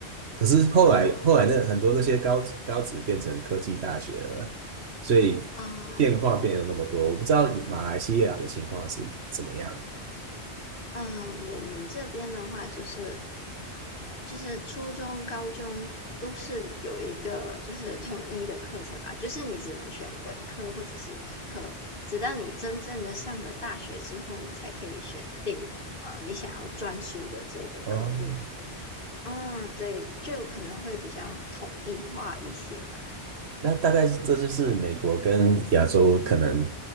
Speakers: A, on the right; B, on the left.
A: 可是后来后来那很多那些高高职变成科技大学了，
B: 啊
A: 所以变化变了那么多。
B: 啊，
A: 我不知道马来西亚的情况是怎么样。
B: 嗯，我们这边的话就是就是初中、高中都是有一个就是统一的课程吧，就是你只能选文科或者是理科，直到你真正的上了大学之后，你才可以选定呃你想要专修的这个科目。
A: 哦，
B: 啊，对，就可能会比较统一化一些啦
A: 那大概是这就是美国跟亚洲可能